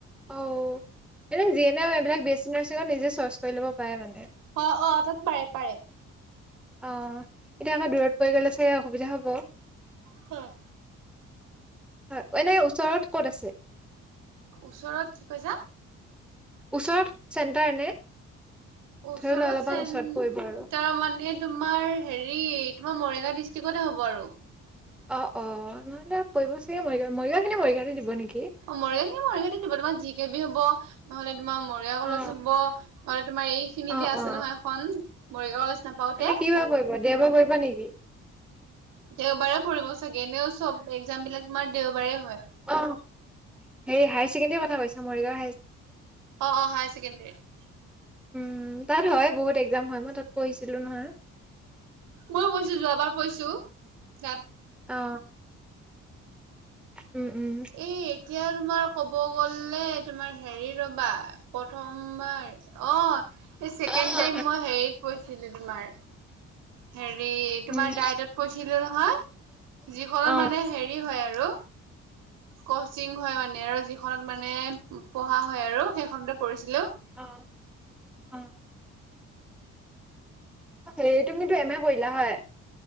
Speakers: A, in the centre; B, on the right.
A: অ এনে যিয়ে ন এইবিলাক বে নাৰ্চিঙত নিজে চৰ্চ কৰি ল'ব পাৰে মানে।
B: অ অ তাত পাৰে পাৰে
A: অ এতিয়া আকৌ দূৰত পৰি গ'লে চাগ অসুবিধা হ'ব
B: হুম
A: হয় এনে ওচৰত ক'ত আছে?
B: ওচৰত কি কৈছা
A: ওচৰত চেণ্টাৰ নে
B: ওচৰত
A: ধৰি লোৱা অলপমান
B: চ
A: ওচৰত পৰিব আৰু
B: তাৰ মানে তোমাৰ হেৰি তোমাৰ মৰিগাঁও ডিষ্ট্ৰিকতে হ'ব আৰু
A: অ অ নহলে পৰিব চাগে মৰিগাঁও মৰিগাঁও খিনি মৰিগাওঁটে দিব নেকি
B: অ মৰিগাঁও খিনি মৰিগাঁতে দিব তোমাৰ জি কে বি হব নহ'লে তোমাৰ মৰিগাঁও কলেজত
A: অ
B: হব নহলে তোমাৰ এইখিনিতে
A: অ
B: আছে
A: অ
B: নহয় এখন মৰিগাঁও কলেজ নাপাওতে
A: এনে কি বাৰ পৰিব দেওবাৰ পৰিব নেকি?
B: দেওবাৰে পৰিব চাগে এনেও চব একজাম বিলাক তোমাৰ দেওবাৰে হয়
A: অ হেৰি হায়াৰ ছেকেণ্ডৰ কথা কৈছা মৰিগাওঁ
B: অ অ হায়াৰ ছেকেণ্ডেৰীত
A: উম তাত হয় বহুত একজাম হয় মই তাত পঢ়িছিলো নহয়
B: ময়ো পৈহিছো যোৱাবাৰ পৈহিছো তাত
A: অ উম উম
B: এই এতিয়া তোমাৰ ক'ব গ'লে তোমাৰ হেৰি ৰবা প্ৰথমবাৰ অ এই চছেকেণ্ড
A: অ
B: টাইম মই হেৰিত পঢ়িছিলো তোমাৰ হেৰি তোমাৰ
A: উম
B: ডাইটত পৰিছিলো নহয় যিখনত
A: অ
B: মানে হেৰি হয় আৰু আৰু কচিং হয় মানে আৰু যিখনত মানে পঢ়া হয় আৰু সেইখনতে পঢ়িছিলোঁ
A: অ উম সেই তুমিতো এম এ কৰিলা হয়